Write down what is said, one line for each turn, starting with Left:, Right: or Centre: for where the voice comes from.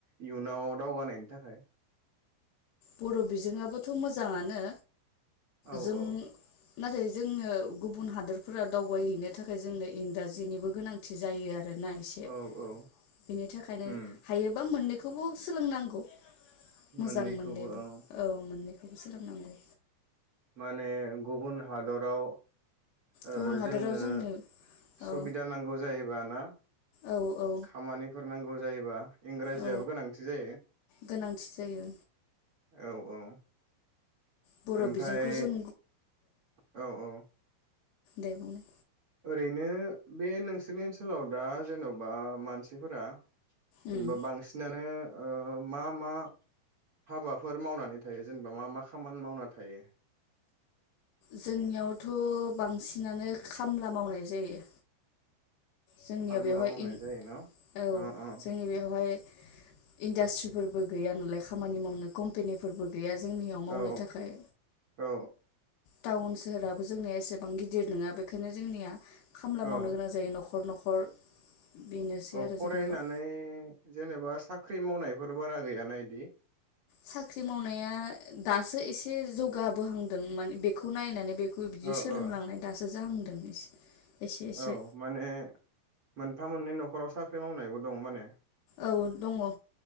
Right: इयुनाव दावगानायनि थाखाय?
Left: बर' बिजोङाबोथ' मोजाङानो।
Right: औ
Left: जों
Right: औ
Left: नाथाय जोंङो गुबुन हादोरफोरा दावबायहैनो थाखाय जोंनो इंराजिनिबो गोनांथि जायो आ रोना एसे
Right: औ औ
Left: बिनि थाखायनो
Right: उम
Left: हायोबा मोननै खौबो सोलोंनांगौ
Right: मोननैखौबो
Left: मोजां मोननैबो
Right: औ
Left: मोननैखौबो सोलोंनांगौ।
Right: माने गुबुन हादराव। ओ-
Left: गुबुन हादोराव
Right: जोंनो
Left: जोंनि
Right: सुबिदा
Left: औ
Right: नांगौ जायोबा ना?
Left: औ औ
Right: खामानिफोर नांगौ जायोबा? इंराजियाबो
Left: औ
Right: गोनांथि जायो।
Left: गोनांथि जायो
Right: औ औ
Left: बर'
Right: ओमफ्राय
Left: बिजोंखौ जों
Right: औ औ
Left: दे बुंनाय
Right: ओरैनो बे नोंसोरनि ओनसोलाव दा जेन'बा मानसिफोरा? जेनेबा
Left: उम
Right: बांसिनानो ओ- मा मा हाबाफोर मावनानै थायो? जेनेबा मा मा खामानि मावना थायो?
Left: जोंनियावथ' बांसिनानो खामला मावनाय जायो। जोंनिया
Right: खामला
Left: बेवहाय
Right: मावनाय
Left: इं
Right: जायो न'
Left: औ
Right: अ अ
Left: जोंनि बेवहाय इन्डास्ट्रिफोरबो गैया नालाय खामानि मावनो कम्पेनिफोरबो गै गैया जोंनियाव मावनो
Right: औ
Left: थाखाय
Right: औ
Left: टाउन सोहोराबो जोंनिया एसेबां गिदिर नङा बेखायनो जोंनिया। खामला
Right: औ
Left: मावनो गोनां जायो न'ख न'खर बेनोसै
Right: औ
Left: आरो
Right: फरायनानै
Left: जोंनियाव
Right: जेनेबा सा ख्रि मावनायफोर बारा गैयाना इदि
Left: साख्रि मावनाया दासो एसे जौगाबोहांदों मान बेखौ नायनानै बे बो बिदि
Right: औ
Left: सोलोंलांनाय
Right: औ
Left: दासो जाहांदों एसे एसे
Right: औ माने मोनफा मोननै न'खराव साख्रि मावनायबो दं माने
Left: औ दङ'